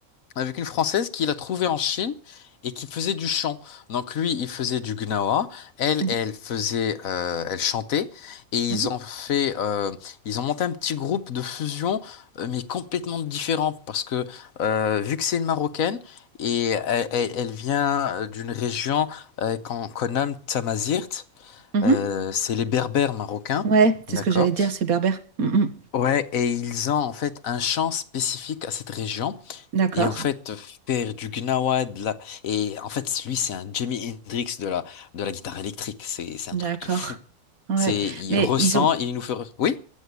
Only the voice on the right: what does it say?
mhm,
mhm,
mhm.
Ouais, c'est
ce que j'allais dire, c'est berbère. Mm, mm.
D'accord.
D'accord.
Ouais.
Mais
ils ont,